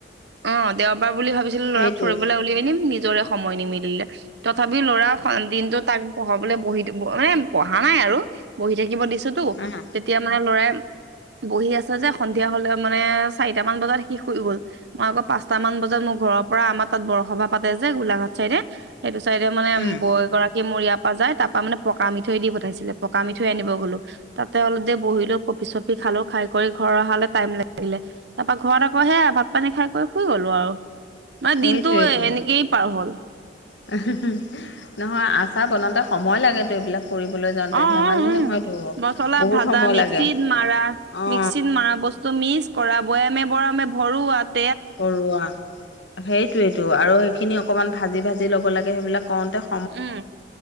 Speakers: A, on the right; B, on the left.
A: অ', দেওবাৰ বুলি ভাবিছিলো
B: সেইটোৱে
A: ল'ৰাক ফুৰিবলৈ উলিয়াই নিম, নিজৰে সময় নিমিলিলে। তথাপি ল'ৰা দিনতো তাক পঢ়াবলৈ বহি মানে পঢ়া নাই আৰু বহি থাকিব দিছো। টোতো
B: উম
A: তেতিয়া মানে ল'ৰাই বহি আছে যে সন্ধিয়া হ'লে মানে চাৰিটা মান বজাত সি শুই গ'ল। মই আকৌ পাঁচটা মান বজাত মোৰ ঘৰৰ পৰা আমাৰ তাত বৰসভা পাতে যে গোলাঘাট চাইদে। সেইটো চাইডে মানে
B: উম
A: বৌ এগৰাক কী মোৰ ইয়াৰ পৰা যায়। তাৰ পৰা মানে পকা মিঠৈ দি পঠাইছিলে, পকা মিঠৈ আনিব গ'লো। তাতে অলপ দেৰি বহিলো, কপি-চপি খালো। খাই কৰি ঘৰ অহালে টাইম লাগিলে। তাৰপা ঘৰত আকৌ সেয়া ভাত পানী খাই কৰি শুই গলো আৰু। মানে
B: সেইটোৱেইটো
A: দিনটো এনেকেই পাৰ হ'ল।
B: <unintelligible> নহয় আচাৰ বনাওঁতে সময় লাগেটো এইবিলাক। কৰিবলৈ যাওঁতে
A: অ,
B: ধেমালি
A: অ উম
B: নহয়তো
A: মচলা
B: বহুত
A: ভাজা,
B: সময়
A: মিক্সিত
B: লাগে
A: মাৰা
B: অ
A: মিক্সিত মৰা বচ টো মিছ কৰা বৈয়ামে বৰামে ভৰোৱাত
B: ভৰোৱা সেইটোৱেটো আৰু সেইখিনি অকমান ভাজি ভাজি ল'ব লাগে। সেইবিলাক কৰোতে
A: উম